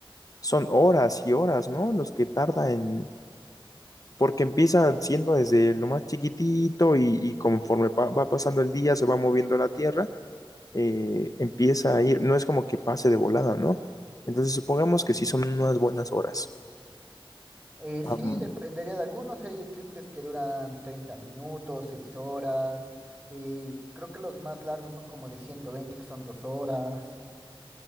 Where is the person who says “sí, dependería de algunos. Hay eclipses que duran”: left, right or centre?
Right